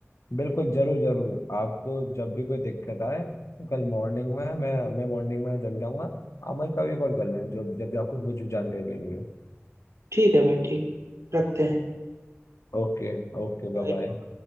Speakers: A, on the left; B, on the right.
A: बिल्कुल जरूर जरूर आपको जब भी कोई दिक्कत आए तो कल मॉर्निंग में मैं मैं मॉर्निंग में जग जाऊंगा आप मुझे कभी कॉल कर लें जो जब भी आपको कुछ जानकारी लेनी हो
B: ठीक है भाई ठीक रखते हैं
A: Okay okay bye
B: बाय
A: bye